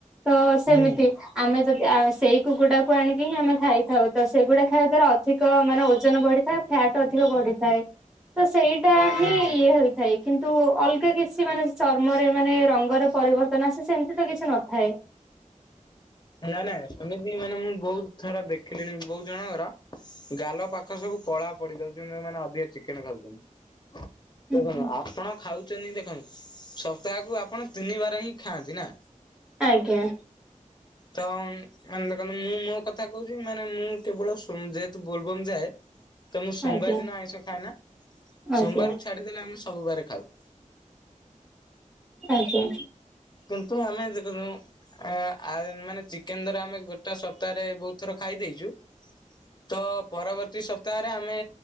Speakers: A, in the centre; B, on the left.
A: ତ ସେମିତି
B: ହୁଁ
A: ଆମେ ଯଦି, ଆ ସେଇ କୁକୁଡ଼ାକୁ ଆଣିକି ହିଁ ଆମେ ଖାଇଥାଉ, ତ ସେଗୁଡ଼ା ଖାଇବା ଦ୍ଵାରା ଅଧି କ, ମାନେ, ଓଜନ ବଢ଼ିଥାଏ। ଫ୍ୟାଟ୍ ଅଧିକ ବଢ଼ି ଥାଏ। ତ, ସେଇଟା ହିଁ
B: ହୁଁ।
A: ଇଏ ହୋଇଥାଏ। କିନ୍ତୁ, ଅଲଗା କିଛି ମାନେ, ଚର୍ମରେ ମାନେ ରଙ୍ଗରେ ପରିବର୍ତ୍ତନ ଆସେ ସେମିତି ତ କିଛି ନ ଥାଏ।
B: ନାଇଁ, ନାଏ। ସେମିତି ମାନେ, ମୁଁ ବହୁତ ଥର ଦେଖିଲିିଣି, ବହୁତ୍ ଜଣଙ୍କର ଗାଲ ପାଖ ସବୁ କଳା ପଡି ଯାଉଛି। ଯଉମାନେ ଅଧିକ ଚିକେନ ଖାଉଛନ୍ତି। ଦେଖନ୍ତୁ,
A: ହଁ।
B: ଆପଣ ଖାଉଛନ୍ତି। ଦେଖନ୍ତୁ, ସପ୍ତାହକୁ ଆପଣ ତିନିିବାର ହିଁ ଖାଆନ୍ତି ନା।
A: ଆଜ୍ଞା।
B: ତମ ମାନେ, ଦେଖନ୍ତୁ ମୁଁ ମୋ କଥା କହୁଛି। ମାନେ, ମୁଁ କେବଳ ସୋମ-ଯେହେତୁ ବୋଲବମ ଯାଏ। ତ, ମୁଁ ସୋମବାର
A: ଆଜ୍ଞା
B: ଦିନ ଆଇଁଷ ଖାଏ ନା।
A: ଆଜ୍ଞା
B: ସୋମବାର ଛାଡ଼ିଦଲେ ଆମେ ସବୁ ବାରେ ଖାଉ।
A: ଆଜ୍ଞା।
B: କିନ୍ତୁ, ଆମେ ଦେଖନ୍ତୁ, ଆ-ଆ-ମାନେ, ଚିକେନ ଦ୍ୱାରା ଆମେ ଗୋଟେ ସପ୍ତାହରେ ବହୁତ ଥର ଖାଇ ଦେଇଛୁ। ତ, ପରବର୍ତ୍ତୀ ସପ୍ତାହରେ ଆମେ